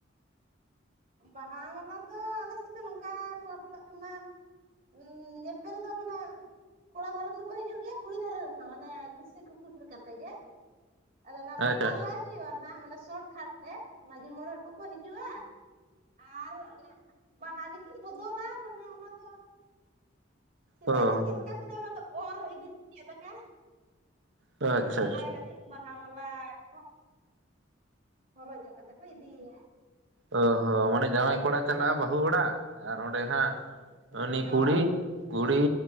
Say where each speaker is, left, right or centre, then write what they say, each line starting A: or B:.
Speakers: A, on the right; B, on the right.
A: ᱵᱟᱦᱟ ᱢᱟᱞᱟ ᱫᱚ ᱟᱞᱮ ᱥᱮᱫ ᱫᱚ ᱱᱚᱝᱠᱟ ᱠᱚ ᱵᱟᱯᱞᱟᱜ ᱠᱟᱱᱟ ᱩᱸ ᱧᱮᱯᱮᱞ ᱫᱚ ᱢᱟᱱᱮ ᱠᱚᱲᱟ ᱫᱷᱟᱨᱮ ᱠᱚᱠᱚ ᱦᱤᱡᱩᱜ ᱜᱮᱭᱟ ᱠᱩᱲᱤ ᱫᱷᱟᱨᱮ ᱨᱮᱱ ᱦᱚᱸ ᱢᱟᱱᱮ ᱠᱩᱥᱤ ᱠᱩᱯᱩᱥᱤ ᱠᱟᱛᱮ ᱜᱮ ᱟᱫᱚ ᱚᱱᱟ
B: ᱟᱪᱪᱷᱟ
A: ᱵᱟᱯᱞᱟ ᱫᱚ ᱵᱟᱭ ᱦᱩᱭᱩᱜᱼᱟ ᱱᱟᱦᱜ ᱢᱟᱱᱮ ᱥᱚᱴ ᱠᱷᱟᱴ ᱛᱮ ᱢᱹᱡᱷᱤ ᱢᱚᱬᱮ ᱠᱚᱠᱚ ᱦᱤᱡᱩᱜᱼᱟ ᱟᱨ ᱚᱱᱟ ᱵᱟᱦᱟ ᱜᱮᱠᱤᱱ ᱵᱚᱫᱚᱞᱟ ᱢᱟᱱᱮ ᱚᱱᱟ ᱫᱚ ᱥᱮᱫᱟᱭ
B: ᱚ
A: ᱫᱚ ᱪᱮᱫ ᱞᱮᱠᱟ ᱠᱮᱫᱟ ᱚᱱᱟ ᱫᱚ ᱚᱨ ᱤᱫᱤ <unintelligible> ᱞᱮᱠᱟ ᱾
B: ᱟᱪᱪᱷᱟ
A: ᱟᱫᱚ ᱚᱱᱟ
B: ᱟᱪᱪᱷᱟ
A: ᱜᱮ ᱠᱟᱹᱴᱤᱡ ᱵᱟᱦᱟ ᱢᱟᱞᱟ ᱠᱚ ᱦᱚᱨᱚᱜ ᱧᱚᱜ ᱠᱟᱛᱮ ᱠᱚ ᱤᱫᱤᱭᱮᱭᱟ ᱾
B: ᱚ ᱦᱚᱸ ᱢᱟᱱᱮ ᱡᱟᱶᱟᱭ ᱠᱚᱲᱟ ᱪᱟᱞᱟᱜᱼᱟ ᱵᱟᱹᱦᱩ ᱚᱲᱟᱜ ᱟᱨ ᱚᱸᱰᱮ ᱦᱟᱸᱜ ᱩᱱᱤ
A: ᱦᱳᱭ
B: ᱠᱩᱲᱤ ᱠᱩᱲᱤ